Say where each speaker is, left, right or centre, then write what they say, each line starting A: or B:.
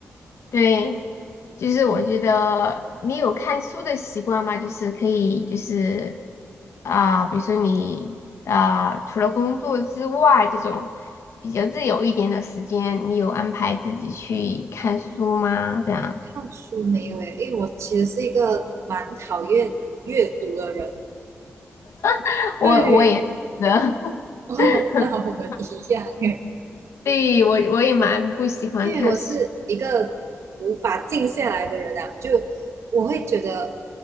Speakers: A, on the left; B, on the right.
A: 对，就是我觉得你有看书的习惯吗？就是可以，就是啊、比如说你啊、除了工作之外，这种比较自由一点的时间，你有安排自己去看书吗？这样，
B: 看书没有诶，因为我其实是一个蛮讨厌阅读的人。
A: <laughs> 我我也是的
B: 对，<laughs> 哦，
A: <laughs>
B: 那我们一样诶，
A: 对，我我也蛮不喜欢看书，
B: 因为我是一个无法静下来的人啊，就我会觉得